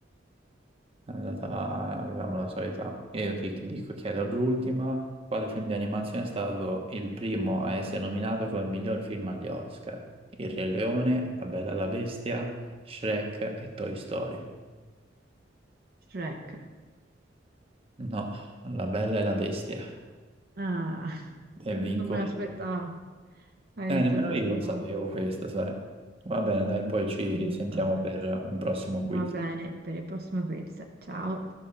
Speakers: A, on the right (about 30°); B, on the right (about 55°).
A: È andata, avevamo la solita. Io ti dico, chiedo l'ultima, quale film di animazione è stato il primo a essere nominato come miglior film agli Oscar? Il Re Leone, La Bella e la Bestia, Shrek e Toy Story.
B: Shrek.
A: No, La Bella e la Bestia.
B: Ah, <laughs>
A: E
B: non
A: vinco
B: me l'aspettavo.
A: io.
B: Hai
A: Eh, nemmeno
B: detto sei
A: io
B: bravo.
A: lo sapevo questo, sai. Va bene, dai,
B: Ma
A: poi
B: che
A: ci
B: bravo.
A: sentiamo
B: Vabbè.
A: per un prossimo quiz.
B: Va bene, per il prossimo quiz. Ciao.